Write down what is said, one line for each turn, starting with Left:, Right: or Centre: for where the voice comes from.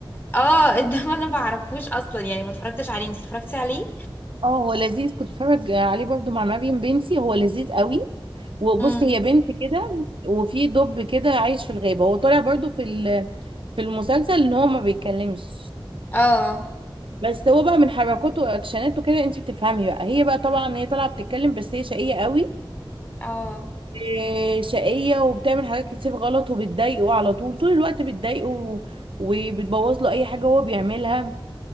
Left: اه <laughs> انما انا ما بعرفوش اصلا يعني ما اتفرجتش عليه انت اتفرجتي عليه
Right: اه هو لذيذ كنت بتفرج عليه برضو مع مريم بنتي هو لذيذ قوي وبص
Left: امم
Right: هي بنت كده وفي دب كده عايش في الغابة هو طالع برضو في ال- في المسلسل ان هو ما بيتكلمش
Left: اه
Right: بس هو بقى من حركاته واكشناته كده انت بتفهمي بقى هي بقى طبعا هي طالعة بتتكلم بس هي شقية قوي
Left: اه
Right: إيه، شقية وبتعمل حاجات كتير غلط وبتضايقه على طول طول الوقت بتضايقه و- وبتبوظ له اي حاجة هو بيعملها